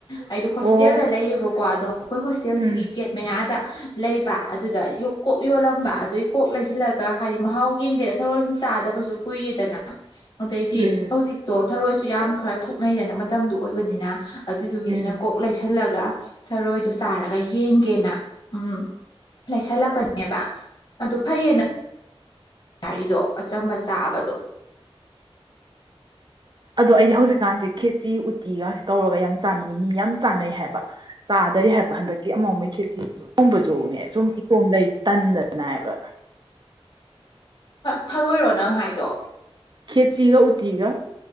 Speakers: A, on the left; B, on the right.
A: ꯑꯩꯗꯤꯣ ꯍꯣꯁꯇꯦꯜꯗ
B: ꯑꯣ
A: ꯂꯩꯌꯦꯕꯀꯣ ꯑꯗꯣ ꯑꯩꯈꯣꯏ ꯍꯣꯁꯇꯦꯜꯁꯤꯒꯤ
B: ꯎꯝ
A: ꯒꯦꯠ ꯃꯌꯥꯗ ꯂꯩꯕ ꯑꯗꯨꯗ ꯀꯣꯛ ꯌꯣꯜꯂꯝꯕ ꯑꯗꯨꯒꯤ ꯀꯣꯛ ꯂꯩꯁꯤꯜꯂꯒ ꯍꯥꯏꯗꯤ ꯃꯍꯥꯎ ꯌꯦꯡꯒꯦꯗ ꯊꯔꯑꯣ ꯁꯨꯝ ꯆꯗꯕꯁꯨ ꯀꯨꯏꯦꯗꯅ ꯑꯗꯩꯗꯤ
B: ꯎꯝ
A: ꯍꯧꯖꯤꯛꯇꯣ ꯊꯔꯣꯏꯁꯨ ꯌꯥꯝ ꯈꯔ ꯊꯣꯛꯅꯩꯗꯅ ꯃꯇꯝꯗꯨ ꯑꯣꯏꯕꯅꯤꯅ ꯑꯗꯨꯗꯨꯒꯤ
B: ꯎꯝ
A: ꯑꯩꯅ ꯀꯣꯛ ꯂꯩꯁꯜꯂꯒ ꯊꯔꯣꯏꯗꯣ ꯆꯥꯔꯒ ꯌꯦꯡꯒꯦꯅ ꯎꯝ ꯂꯩꯁꯜꯂꯛꯄꯅꯦꯕ ꯑꯗꯨ ꯐꯩꯌꯦꯅ ꯒꯥꯔꯤꯗꯣ ꯑꯆꯝꯕ ꯆꯥꯕꯗꯣ
B: ꯑꯗꯣ ꯑꯩꯗꯤ ꯍꯧꯖꯤꯛꯀꯥꯟꯁꯦ ꯈꯦꯆ ꯎꯇꯤꯒꯁꯤꯦ ꯇꯧꯔꯒ ꯌꯥꯝ ꯆꯥꯅꯤꯡꯑꯦ ꯃꯤ ꯌꯥꯝ ꯆꯥꯟꯅꯩ ꯍꯥꯏꯕ ꯆꯥꯗꯔꯤ ꯍꯥꯏꯕ ꯍꯟꯗꯛꯀꯤ ꯑꯃꯩ ꯈꯦꯠꯆꯣꯡꯕꯁꯨꯅꯦ ꯁꯨꯝ ꯏꯇꯣꯝ ꯂꯩ ꯇꯟꯗ ꯅꯥꯕ
A: ꯊꯔꯣꯏꯔꯣ ꯅꯪ ꯍꯥꯏꯗꯣ
B: ꯈꯦꯆꯒ ꯎꯇꯤꯒ